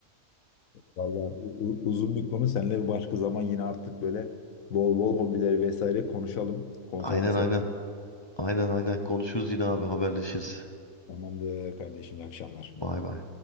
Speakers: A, on the left; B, on the left.
A: Vallahi u- u- uzun bir konu seninle bir başka zaman yine artık böyle bol bol hobileri vesaire konuşalım. Konferans
B: Aynen aynen.
A: yapalım.
B: Aynen aynen. Konuşuruz yine abi haberleşiriz.
A: Tamamdır kardeşim iyi akşamlar.
B: Bay bay.